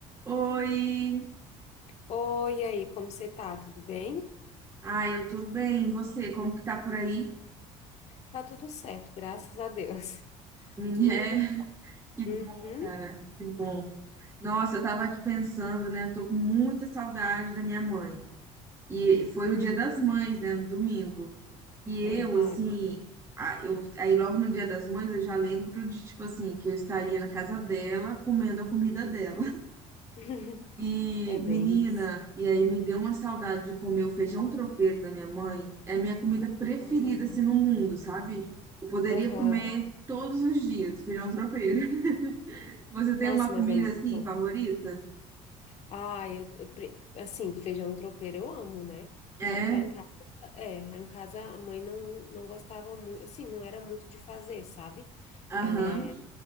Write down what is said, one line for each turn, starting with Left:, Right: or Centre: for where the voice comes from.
Right: Oi,
Left: Oi, e aí, como você tá? Tudo bem?
Right: ai, eu tô bem. E você, como que tá por aí?
Left: Tá tudo certo, graças a Deus. <laughs>
Right: Miné,
Left: Tudo.
Right: <laughs> que bom,
Left: Uhum,
Right: cara, que bom. Nossa, eu tava aqui pensando, né? Eu tô com muita saudade da minha mãe. E foi
Left: uhum,
Right: o Dia das Mães, né, no domingo. E eu,
Left: verdade.
Right: assim, a- eu, aí logo no Dia das Mães eu já lembro de, tipo assim, que eu estaria na casa dela comendo a comida
Left: Uhum.
Right: dela.
Left: <laughs>
Right: E,
Left: É bem
Right: menina,
Left: isso.
Right: e aí me deu uma saudade de comer o feijão tropeiro da minha mãe. É a minha comida preferida,
Left: Ah,
Right: assim, no mundo, sabe? Eu poderia
Left: Aham.
Right: comer todos os dias feijão tropeiro. <laughs> Você tem
Left: Nossa,
Right: uma comida,
Left: mas é muito
Right: assim,
Left: bom.
Right: favorita?
Left: Ah, eu, eu pre- assim, feijão tropeiro eu amo, né?
Right: É,
Left: Só que lá em casa, é, lá em casa a mãe não, não gostava muito, assim, não era muito de fazer, sabe?
Right: aham.
Left: É,